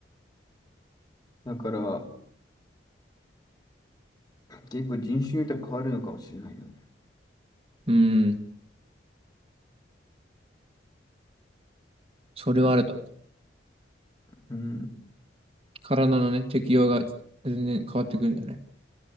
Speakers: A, on the left (about 20°); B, on the right (about 30°).
A: だから、結構人種によっては変わるのかもしれないよね。
B: うん。それはあると思う。
A: うん。うん。
B: 体のね、適応が全然変わってくるんだよね。